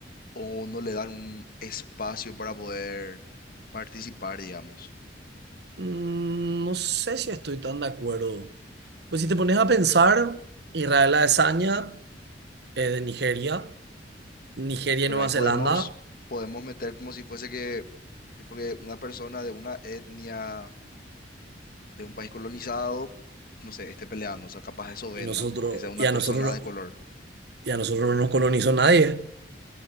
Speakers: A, on the left; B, on the right.
A: o no le dan un espacio para poder participar, digamos.
B: Mm, No sé si estoy tan de acuerdo. Pues si te pones a pensar, Israel Adesanya es de Nigeria, Nigeria
A: Pero
B: y Nueva
A: ahí
B: Zelanda,
A: podemos, podemos meter como si fuese que es porque una persona de una etnia de un país colonizado, no sé, esté peleando, o sea, capaz eso venda,
B: y nosotros,
A: o que sea una
B: y a
A: persona
B: nosotros,
A: de color.
B: y a nosotros no nos colonizó nadie,